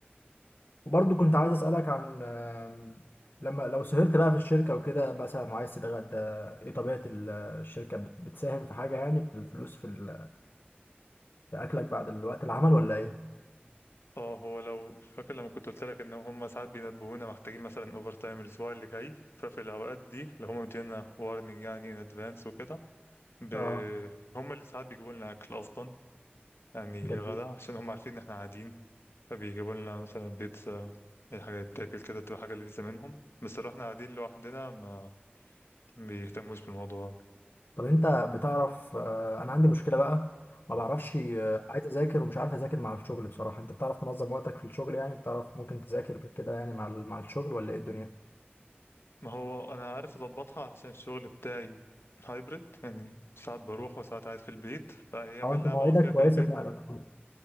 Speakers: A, on the left (about 65°); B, on the left (about 85°).
A: وبرضه كنت عايز اسالك عن آه، لما لو سهرت بقى في الشركه وكده مثلا وعايز تتغدى ايه طبيعه ال- الشركه بت- بتساهم في حاجه يعني في الفلوس في ال- في اكلك بعد الوقت العمل ولا ايه؟
B: اه هو لو فاكر لما كنت قلت لك ان هم ساعات بينبهونا محتاجين مثلا اوفر تايم الاسبوع اللي جاي ففي الاوقات دي اللي هم مدينا وارنينج يعني ان ادفانس وكده ب...
A: اه
B: هم اللي ساعات بيجيبوا لنا اكل اصلا يعني
A: جميل
B: غدا عشان هم عارفين ان احنا قاعدين فبيجيبوا لنا مثلا بيتزا اي حاجه تتاكل كده تبقى حاجه لذيذه منهم بس لو احنا قاعدين لوحدنا ما بيهتموش بالموضوع
A: طب انت بتعرف آه، انا عندي مشكله بقى ما بعرفش آه، عايز اذاكر ومش عارف اذاكر مع الشغل بصراحه انت بتعرف تنظم وقتك في الشغل يعني بتعرف ممكن تذاكر كده يعني مع ال- مع الشغل ولا ايه الدنيا
B: ما هو انا عارف اظبطها علشان الشغل بتاعي هايبرد يعني ساعات بروح وساعات قاعد في البيت فايام
A: اه
B: اللي
A: انت
B: انا
A: مواعيدك
B: بقعد فيها
A: كويسه
B: في البيت
A: فعلا اه